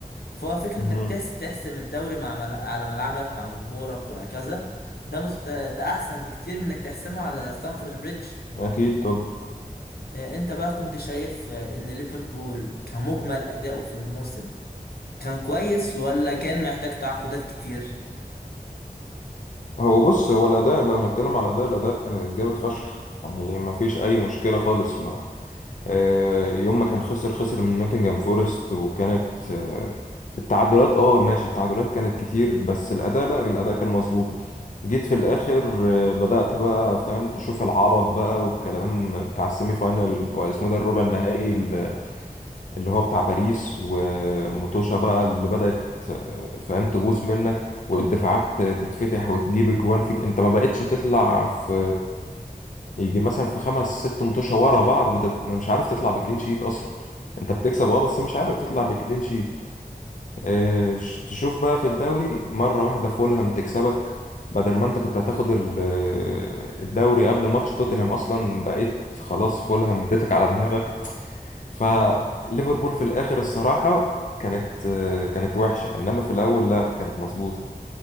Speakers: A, on the left; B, on the left.
A: فهو فكرة
B: مهم.
A: إنك تس تحسم الدوري مع مل... على ملعبك مع جمهورك وهكذا ده مخت... ده أحسن بكتير من إنك تحسمه على ستانفورد بريدج
B: اكيد طب
A: آه، أنت بقى كنت شايف آه، إن ليفربول كمجمل أداؤه في الموسم كان كويس ولا كان محتاج تعاقدات كتير
B: هو بص هو الاداء لو هنتكلم على الاداء الاداء آه، جامد فشخ يعني ما فيش اي مشكله خالص مع آه، يوم ما كان خسر خسر من نوتنجهام فورست وكانت آه، التعادلات اه ماشي التعادلات كانت كتير بس الأداء لا الأداء كان مظبوط جيت في الآخر آه، بدأت بقى فاهم تشوف العبط بقى والكلام بتاع السيمي فاينال واسمه ده الربع النهائي ال- اللي هو بتاع باريس وموتوشا بقى اللي بدأت آه، فاهم تبوظ منك والدفاعات تتفتح وتجيب اجوان فيك انت ما بقتش تطلع في يجي مثلا في خمس ست متوشة ورا بعض ما تب... ما مش عارف تطلع بكلين شيت اصلا انت بتكسب اه بس مش عارف تطلع بكلين شيت اه... ش- تشوف بقى في الدوري مرة واحدة فولهام تكسبك بدل ما انت كنت هتاخد ال- آه، الدوري قبل ماتش توتنهام اصلا بقيت خلاص فولهام اديتك على دماغك فليفربول في الاخر الصراحة كانت آه، كانت وحشة انما في الاول لا كانت مظبوطة